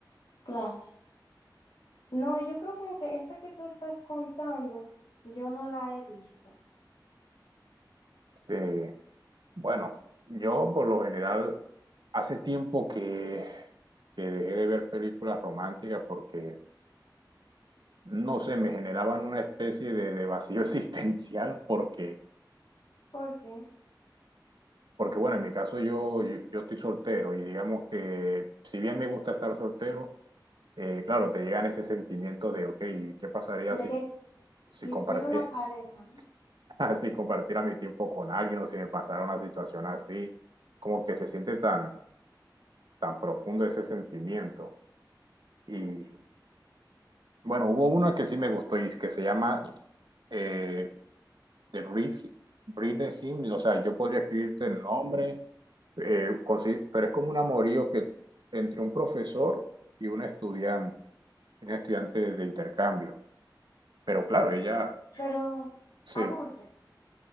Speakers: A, on the left; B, on the right.
A: Claro. No, yo creo como que esa que tú estás contando, yo no la he visto.
B: Este, bueno, yo por lo general hace tiempo que, que dejé de ver películas románticas porque, no sé, me generaban una especie de, de vacío <laughs> existencial porque,
A: ¿Por qué?
B: porque, bueno, en mi caso yo, yo, yo estoy soltero y digamos que si bien me gusta estar soltero, eh, claro, te llegan ese sentimiento de, ok, ¿qué pasaría si,
A: De que
B: si
A: qui-
B: compartes-
A: quiere una pareja,
B: <laughs> si compartiera mi tiempo con alguien o si me pasara una situación así, como que se siente tan, tan profundo ese sentimiento. Y bueno, hubo una que sí me gustó y que se llama eh, The Breathe, Breathe Hymn, o sea, yo podría escribirte el nombre, eh, consi- pero es como un amorío que entre un profesor y un estudiante, un estudiante de intercambio. Pero claro, ella,
A: pero
B: sí,
A: adultos.